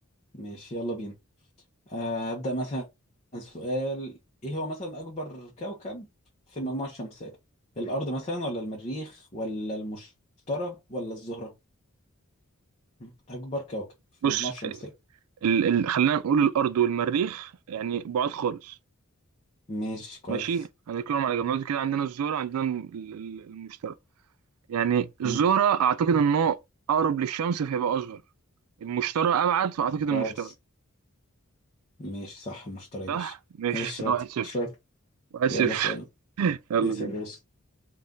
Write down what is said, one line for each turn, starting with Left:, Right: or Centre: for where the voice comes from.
Left: ماشي يلا بينا آه، ابدا مثلا سؤال ايه هو مثلا اكبر كوكب في المجموعه الشمسيه الارض مثلا ولا المريخ ولا المشتري ولا الزهره مم، اكبر كوكب في
Right: بص
Left: المجموعه الشمسيه
Right: ال... ال... خلينا نقول الارض والمريخ يعني بعاد خالص
Left: ماشي كويس
Right: ماشي هنركنهم على جنب دلوقتي كده عندنا الزهرة عندنا ال- ال- المشتري يعني الزهرة
Left: مم،
Right: أعتقد إنه أقرب للشمس فهيبقى أصغر المشتري أبعد فأعتقد
Left: كويس
Right: المشتري
Left: ماشي صح المشتري يا
Right: صح؟
Left: باشا
Right: ماشي
Left: ماشي
Right: كده
Left: شاطر
Right: واحد صفر
Left: شاطر
Right: واحد صفر
Left: يلا اسال
Right: <laughs> يلا
Left: اسأل
Right: بينا
Left: يا يوسف